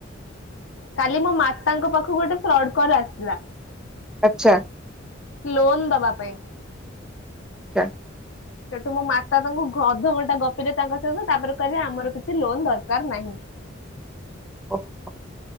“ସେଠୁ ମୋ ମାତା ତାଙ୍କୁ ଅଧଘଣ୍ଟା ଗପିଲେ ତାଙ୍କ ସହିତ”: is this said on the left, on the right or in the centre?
Left